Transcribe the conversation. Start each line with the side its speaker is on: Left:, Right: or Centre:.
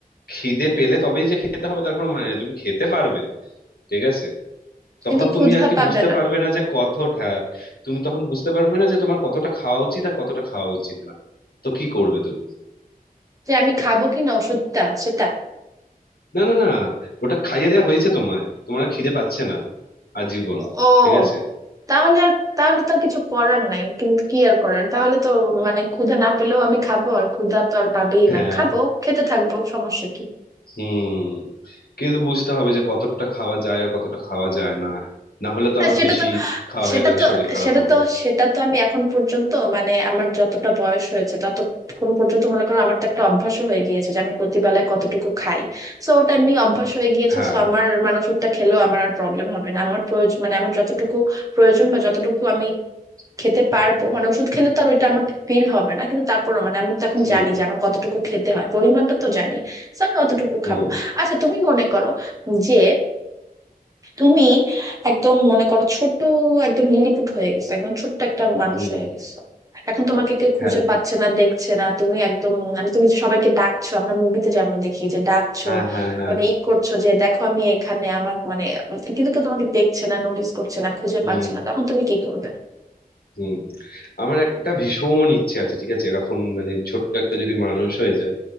Left: খিদে পেলে তবেই যে খেতে হবে তার কোনো মানে নেই তুমি খেতে পারবে ঠিক আছে তখন
Right: কিন্তু
Left: তুমি
Right: ক্ষুধা
Left: আর কি
Right: পাবে
Left: বুঝতে
Right: না
Left: পারবে না যে কতটা হ্যাঁ তুমি তখন বুঝতে পারবে না যে তোমার কতটা খাওয়া উচিত আর কতটা খাওয়া উচিত না তো কি করবে তুমি
Right: যে আমি খাবো কিনা ওষুধটা সেটা
Left: না না না ওটা খাইয়ে দেওয়া হয়েছে তোমায় তোমার আর খিদে পাচ্ছে না আজীবন
Right: ও
Left: ঠিক আছে
Right: তাহলে আর তাহলে তো আর কিছু করার নাই কিন্তু কি আর করার তাহলে তো মানে ক্ষুধা না পেলেও আমি খাবো আর ক্ষুধা তো আর পাবেই
Left: হ্যাঁ
Right: না খাবো খেতে থাকবো সমস্যা কি
Left: হুম কিন্তু বুঝতে হবে যে কতটা খাওয়া যায় আর কতটা খাওয়া যায় না না হলে তো
Right: হ্যাঁ
Left: আবার
Right: সেটা
Left: বেশি
Right: তো
Left: খাওয়া হয়ে
Right: সেটা
Left: গেলে
Right: তো
Left: শরীর খারাপ
Right: সেটা
Left: হবে
Right: তো সেটা তো আমি এখন পর্যন্ত মানে আমার যতটা বয়স হয়েছে ততক্ষণ পর্যন্ত মনে করো আমার তো একটা অভ্যাস হয়ে গিয়েছে যে আমি প্রতিবেলায় কতটুকু খাই সো ওটা এমনি অভ্যাস হয়ে গিয়েছে
Left: হ্যাঁ
Right: সো আমার মানে ওষুধটা খেলেও আমার আর প্রবলেম হবে না আমার প্রয়োজন মানে আমার যতটুকু প্রয়োজন বা যতটুকু আমি খেতে পারবো মানে ওষুধ খেলে তো আর ওইটা আমার ফিল হবে না কিন্তু তারপরও মানে আমি তো এখন
Left: হুম
Right: জানি যে আমার কতটুকু খেতে হয় পরিমাণটা তো জানি So, আমি অতটুকু
Left: হুম
Right: খাবো আচ্ছা তুমি মনে করো যে তুমি একদম মনে করো ছোট একদম লিলিপুট হয়ে গেছো একদম ছোট্ট একটা মানুষ
Left: হুম
Right: হয়ে গেছো এখন তোমাকে কেউ খুঁজে
Left: হ্যাঁ
Right: পাচ্ছে না দেখছে না তুমি একদম মানে তুমি সবাইকে ডাকছো আমরা মুভিতে যেমন দেখি যে ডাকছো
Left: হ্যাঁ হ্যাঁ হ্যাঁ
Right: মানে ই করছো যে দেখো আমি এখানে আমার মানে কিন্তু কেউ তোমাকে দেখছে না নোটিস করছে না খুঁজে
Left: হুম
Right: পাচ্ছে না তখন তুমি কি করবে
Left: হুম আমার একটা ভীষণ ইচ্ছে আছে ঠিক আছে এরকম মানে ছোট্ট একটা যদি মানুষ হয়ে যায়